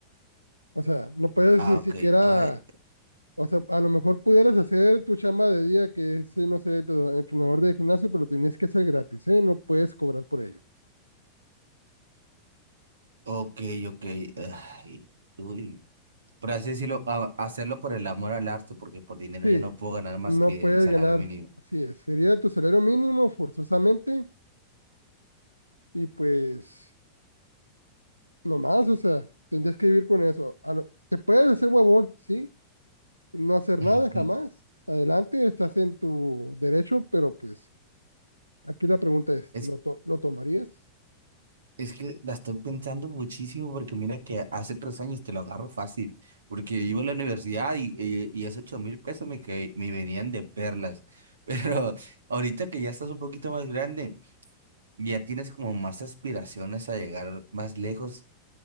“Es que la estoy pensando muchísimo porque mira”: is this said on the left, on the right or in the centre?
Right